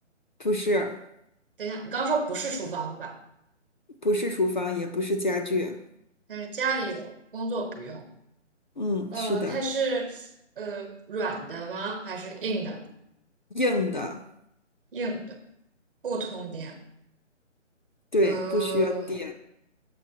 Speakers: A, on the left; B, on the right.
A: 不是，
B: 等一下，你刚刚说不是厨房的吧？
A: 不是厨房，也不是家具，
B: 但是家里有，工作不用。
A: 嗯，
B: 呃，
A: 是的，
B: 它是呃软的吗？还是硬的？
A: 硬的。
B: 硬的，不通电。
A: 对，
B: 呃，
A: 不需要电